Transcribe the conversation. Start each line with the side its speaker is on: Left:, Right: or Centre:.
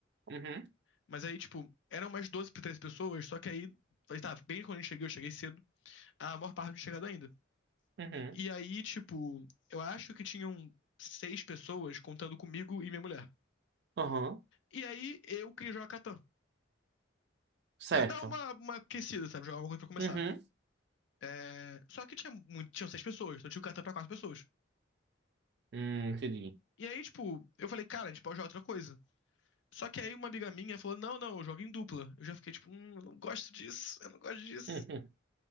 Right: uhum,
Left: Mas aí, tipo, eram umas 12 pra 13 pessoas, só que aí, aí tá, bem quando eu cheguei, eu cheguei cedo, a maior parte não tinha chegado ainda.
Right: uhum,
Left: E aí, tipo, eu acho que tinham seis pessoas contando comigo e minha mulher.
Right: uhum,
Left: E aí, eu queria jogar Catan.
Right: certo.
Left: Pra dar uma, uma aquecida, sabe? Jogar alguma coisa pra começar.
Right: Uhum,
Left: É, só que tinha muito, tinham seis pessoas, então tinha o cartão pra quatro pessoas.
Right: hum, entendi. <laughs>
Left: E aí, tipo, eu falei, cara, a gente pode jogar outra coisa. Só que aí uma amiga minha falou, não, não, eu jogo em dupla. Eu já fiquei, tipo, hum, eu não gosto disso, eu não gosto disso.
Right: Uhum,